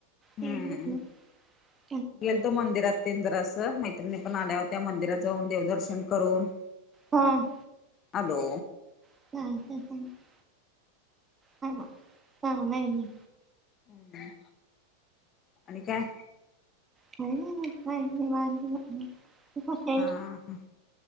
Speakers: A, on the left (about 30°); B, on the right (about 15°).
A: हम्म
B: हा.
A: गेलतो मंदिरात ते जरास. मैत्रिणी पण आल्यावत्या मंदिरात जाऊन देवदर्शन करून-
B: हां.
A: आलो.
B: <unintelligible> हां. म चांगलंय ना.
A: हम्. आणि काय?
B: काय नाय बा मग काय निवांत <unintelligible> कशी
A: हा,
B: आहेस?
A: हा.